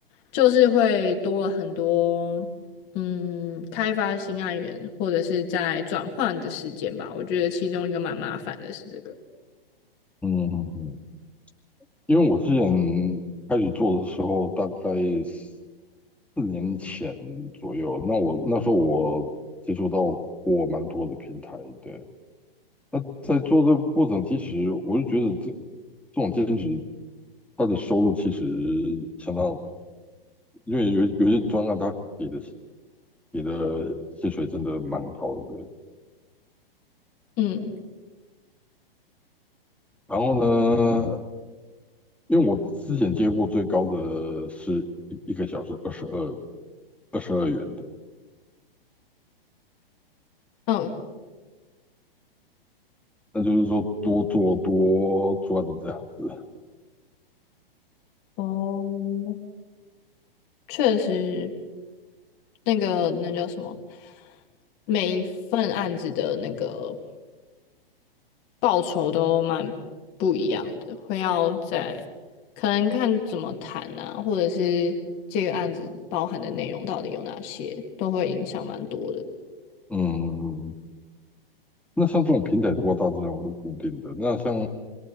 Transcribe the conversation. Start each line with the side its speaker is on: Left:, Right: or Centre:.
Left: 就是会多了很多，嗯，开发新案源或者是在转换的时间吧。我觉得其中一个蛮麻烦的是这个，
Centre: 嗯嗯嗯，因为我之前开始做的时候，大概四年前左右，那我那时候我接触到过蛮多的平台，对。那在做这个过程，其实我就觉得这这种兼职，它的收入其实相当，因为有有些专案他给的给的薪水真的蛮好的。
Left: 嗯
Centre: 然后呢，因为我之前接过最高的是一一个小时二十二二十二元的。
Left: 嗯
Centre: 那就是说多做多赚这样子。
Left: 哦，确实，那个那叫什么，每一份案子的那个报酬都蛮不一样的，会要在可能看怎么谈啊，或者是这个案子包含的内容到底有哪些，都会影响蛮多的。
Centre: 嗯，那像这种平台的话，大致上是固定的。那像